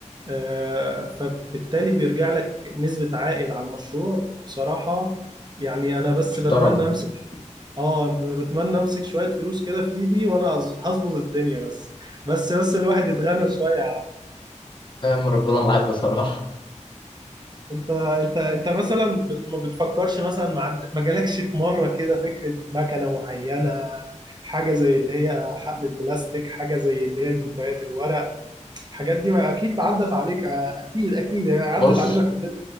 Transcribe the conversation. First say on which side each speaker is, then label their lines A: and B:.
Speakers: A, on the right (about 35°); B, on the left (about 40°).
A: آه، فبالتالي بيرجع لك نسبة عائد على المشروع بصراحة يعني انا بس
B: محترم
A: بتمنى امسك اه أنا بتمنى امسك شوية فلوس كده في ايدي وانا هز- هظبط الدنيا بس بس بس الواحد يتغنى شوية يا عم
B: فاهم ربنا معاك بصراحة
A: انت انت انت مثلا ب- ما بتفكرش مثلا ما عد- ما جالكش في مرة كده فكرة مكنة معينة حاجة زي اللي هي حقل البلاستيك حاجة زي اللي هي الكوبايات الورق الحاجات دي ما اكيد عدت عليك آه، اكيد اكيد يعني عدت
B: بص
A: علينا كلنا